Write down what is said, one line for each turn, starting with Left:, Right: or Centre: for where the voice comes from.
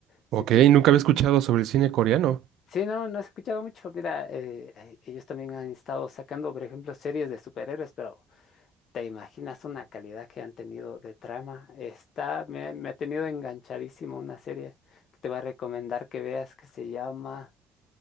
Right: Ok,
Left: Sí, te-
Right: nunca había escuchado sobre el cine coreano.
Left: sí, no, no he escuchado mucho. Mira, eh, eh, ellos también han estado sacando, por ejemplo, series de superhéroes, pero ¿Te imaginas una calidad que han tenido de trama? Está, me, me ha tenido enganchadísimo una serie que te voy a recomendar que veas que se llama